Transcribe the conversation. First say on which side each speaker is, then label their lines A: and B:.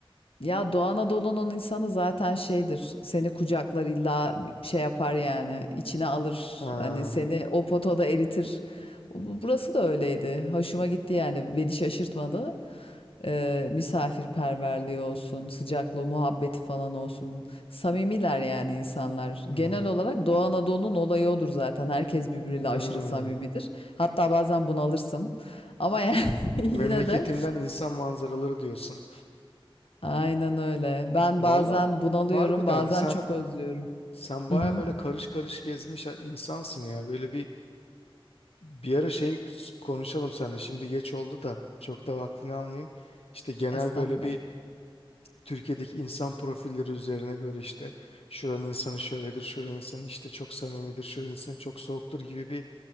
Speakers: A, on the left; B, on the left.
A: ya Doğu Anadolu'nun insanı zaten şeydir. Seni kucaklar illa bir şey yapar yani. içine alır.
B: Ha,
A: Hani seni o potoda eritir. Bu- Burası da öyleydi. Hoşuma gitti yani. Beni şaşırtmadı. Eee, misafirperverliği olsun, sıcaklığı, muhabbeti falan olsun. Samimiler yani insanlar.
B: anladım.
A: Genel olarak Doğu Anadolu'nun olayı odur zaten. Herkes birbiriyle
B: Hmm.
A: aşırı samimidir. Hatta bazen bunalırsın. Ama yani <laughs> yine
B: Memleketimden
A: de
B: insan manzaraları diyorsun.
A: aynen öyle. Ben
B: Valla
A: bazen bunalıyorum,
B: harbiden
A: bazen
B: sen
A: çok özlüyorum.
B: Sen
A: Mhm.
B: baya böyle karış karış gezmiş insansın ya. Böyle bir bir ara şey konuşalım seninle. Şimdi geç oldu da çok da vaktini almayayım. İşte genel
A: Estağfurullah.
B: böyle bir Türkiye'deki insan profilleri üzerine böyle işte şuranın insanı şöyledir, şuranın insanı işte çok samimidir, şuranın insanı çok soğuktur gibi bir